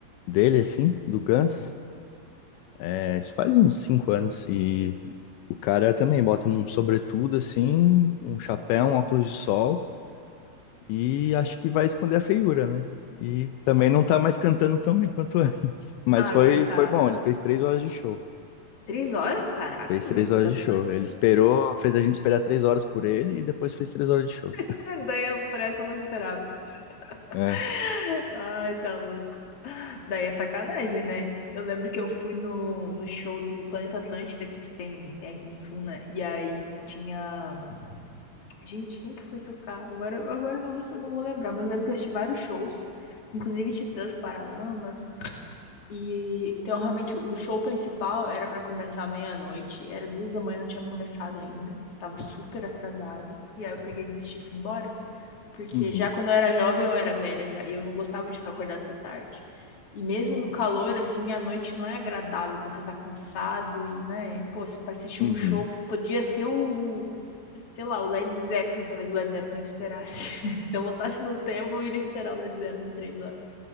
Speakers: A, on the left (about 80°); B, on the left (about 40°).
A: dele, assim, do Guns. É, isso faz uns cinco anos. E o cara também bota um sobretudo, assim, um chapéu, um óculos de sol. E acho que vai esconder a feiura, né? E também não tá mais cantando tão bem quanto <laughs> antes. Mas
B: Ah,
A: foi,
B: coitado.
A: foi bom, ele fez três horas de show.
B: Três horas? Caraca,
A: Fez três
B: aguentou
A: horas
B: bastante,
A: de show. Ele
B: hein?
A: esperou, fez a gente esperar três horas por ele e depois fez três horas de show.
B: <laughs> Daí eu por essa eu não esperava. <laughs>
A: É.
B: Ai, tá louco. Daí é sacanagem, né? Eu lembro que eu fui no, no show do Planeta Atlântida, que tem, tem aqui no Sul, né? E aí tinha. Gente, quem que foi tocar? Agora, agora eu não, vou, não vou lembrar, mas eu lembro que eu assisti vários shows, inclusive Titãs, Paralamas. E então realmente o show principal era pra começar meia-noite, era duas da manhã, não tinha começado ainda. Tava super atrasado. E aí eu peguei e desisti e fui embora. Porque
A: Uhum.
B: já quando eu era jovem, eu era velha já, e eu não gostava de ficar acordada até tarde. E mesmo no calor, assim, a noite não é agradável quando você tá cansado e, né, pô, se- pra assistir
A: Uhum.
B: um show, p- podia ser o, sei lá, o Led Zeppelin, talvez o Led Zeppelin eu esperasse. <laughs> Se eu voltasse no tempo, eu iria esperar o Led Zeppelin três horas.